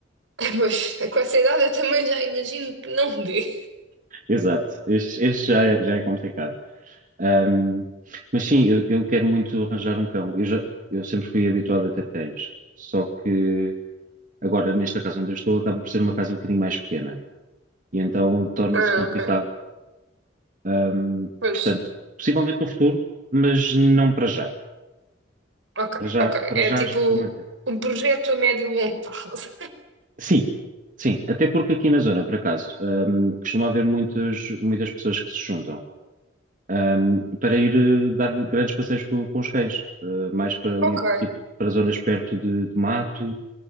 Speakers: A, on the right; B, on the right.
A: <laughs> Mas com essa idade eu também já imagino que não dê.
B: Exato. Este, este já é, já é complicado. Ahm, mas sim, eu, eu quero muito arranjar um cão. Eu, já, eu sempre fui habituado a ter cães. Só que agora, nesta casa onde eu estou, acaba por ser uma casa um bocadinho mais pequena. E então torna-se
A: Ah,
B: complicado.
A: ok,
B: Ahm,
A: pois,
B: portanto, possivelmente no futuro, mas não para já.
A: ok,
B: Para já,
A: ok.
B: para
A: É
B: já
A: tipo
B: acho que vou manter.
A: um projeto a médio e longo prazo.
B: Sim, sim, até porque aqui na zona, por acaso, hum, costuma haver muitas, muitas pessoas que se juntam, hum, para ir eh, dar grandes passeios co- com, os cães, eh, mais
A: <laughs>
B: para ali,
A: Ok.
B: tipo, para zonas perto de, de mato,